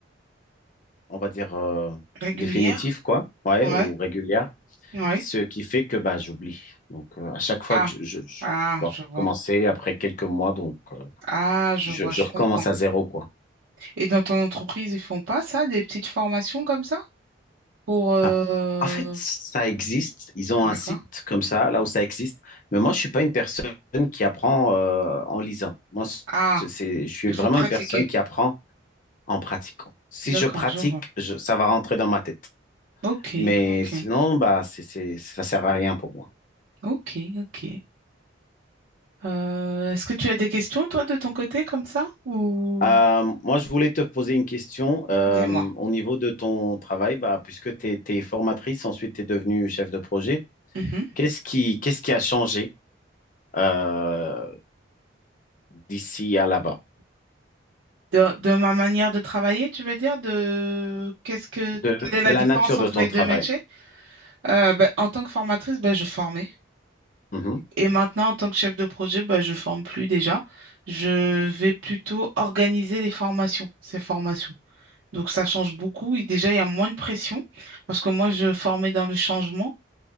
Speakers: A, on the left (about 45°); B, on the right (about 85°).
A: on va dire, euh,
B: Régulière?
A: définitive, quoi, ouais,
B: Ouais,
A: ou régulière.
B: ouais.
A: ce qui fait que bah, j'oublie. Donc, euh, à chaque fois
B: Ah,
A: que je, je, je
B: ah,
A: je dois
B: je vois.
A: recommencer après quelques mois, donc euh,
B: Ah, je
A: je,
B: vois,
A: je
B: je
A: recommence
B: comprends.
A: à zéro, quoi.
B: Et dans ton entreprise, ils font pas ça, des petites formations comme ça? Pour euh...
A: Bah, en fait, ça existe. Ils ont
B: D'accord.
A: un site comme ça, là où ça existe. Mais moi, je suis pas une personne qui apprend euh, en lisant. Moi,
B: Ah,
A: c'est, c'est- je suis
B: il
A: vraiment
B: faut pratiquer.
A: une personne qui apprend en pratiquant. Si
B: D'accord,
A: je pratique,
B: je vois.
A: je- ça va rentrer dans ma tête.
B: Ok,
A: Mais
B: ok,
A: sinon, bah, c'est, c'est, ça sert à rien pour moi.
B: ok, ok. Euh, est-ce que tu as des questions, toi, de ton côté, comme ça? Ou
A: Euh, moi, je voulais te poser une question euh,
B: dis-moi.
A: au niveau de ton travail, bah, puisque tu es, formatrice, ensuite tu es devenue chef de projet.
B: Mhm.
A: Qu'est-ce qui, qu'est-ce qui a changé euh, d'ici à là-bas,
B: De, de ma manière de travailler, tu veux dire, de qu'est-ce que
A: de,
B: quelle
A: de
B: est la
A: la
B: différence
A: nature
B: entre
A: de ton
B: les
A: travail?
B: deux métiers? Euh, ben, en tant que formatrice, ben, je formais.
A: Mhm,
B: Et maintenant, en tant que chef de projet, bah, je forme plus déjà. Je vais plutôt organiser les formations, ces formations. Donc, ça change beaucoup. Et déjà, il y a moins de pression parce que moi, je formais dans le changement.